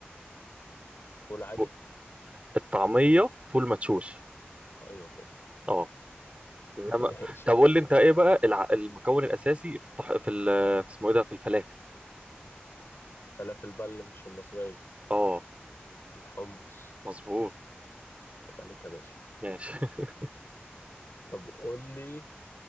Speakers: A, on the left; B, on the right.
A: فول عادي
B: فول. الطعمية فول مدشوش
A: ايوه كده <laughs>
B: اه انما
A: ماشي
B: طب
A: يا
B: قول
A: عم
B: لي انت ايه بقى الع... المكون الاساسي في الطح... في, ال... في اسمه ايه ده في الفلافل
A: فلافل بل مش المصرية
B: اه
A: الحمص
B: مظبوط
A: يبقى ليك يا باشا
B: ماشي <laughs>
A: طب قول لي